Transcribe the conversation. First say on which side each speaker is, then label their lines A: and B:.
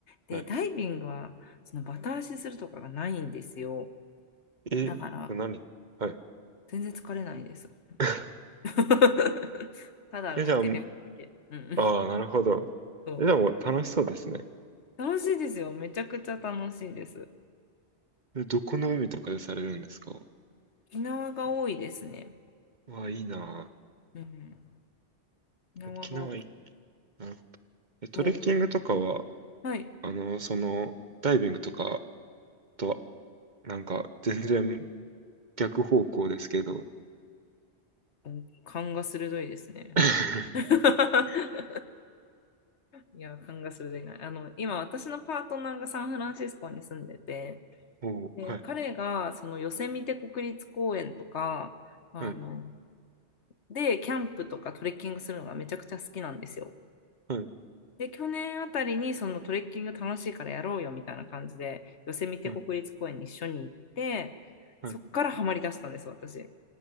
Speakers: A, on the left; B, on the right.
A: で、
B: はい。
A: ダイビングは、そのバタ足するとかがないんですよ。
B: え、
A: だから、
B: 何はい。
A: 全然疲れないです。
B: <laughs>
A: <laughs> ただ浮いてるだけ。
B: え、じゃあ、
A: うんうん。
B: ああ、なるほど。
A: そ
B: え、でも楽しそうですね。
A: う。楽しいですよ。めちゃくちゃ楽しいです。
B: え、どこの海とかでされるんですか
A: 沖縄が多いですね。
B: わあ、いいな
A: うん。
B: あ沖縄いい
A: 沖縄が多
B: ななるほど。え、トレッキングとかは、
A: もう、はい。
B: あの、その、ダイビングとかとなんか、全然逆方向ですけど。
A: う勘が鋭いですね。
B: <laughs>
A: <laughs> いや、勘が鋭いな。あの、今、私のパートナーがサンフランシスコに住んでて、
B: おー、
A: で、
B: はい、
A: 彼が、その、ヨセミテ国立公園とか、あの、
B: はい、
A: で、キャンプとかトレッキングするのがめちゃくちゃ好きなんですよ。
B: はい、
A: で、去年あたりに、そのトレッキング楽しいからやろうよみたいな感じで、ヨセミテ国立公園に一緒に行って、
B: はい、はい。
A: そっからハマりだしたんですよ、私。